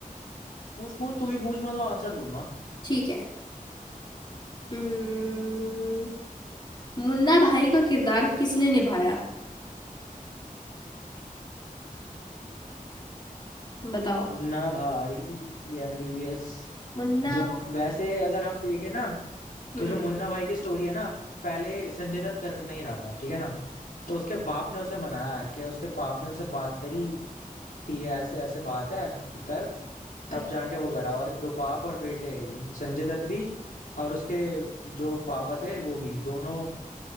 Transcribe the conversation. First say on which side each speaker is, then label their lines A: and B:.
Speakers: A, on the left; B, on the left.
A: पूछ पूछ तू ही पूछ मैं तो आंसर दूंगा
B: ठीक है हम्म मुन्ना भाई का किरदार किसने निभाया बताओ
A: मुन्ना भाई एमबीबीएस
B: मुन्ना
A: जब वैसे अगर हम देखें ना
B: हम्म
A: तो जो मुन्ना भाई की स्टोरी है ना पहले संजय दत्त कर नहीं रहा था ठीक है ना तो उसके बाप ने उसे मनाया कि उसके बाप ने उससे बात करी कि ये ऐसे ऐसे बात है कि कर तब
B: अच्छा,
A: जाके वो करा और तो बाप और बेटे संजय दत्त भी और उसके जो पापा थे वो भी दोनों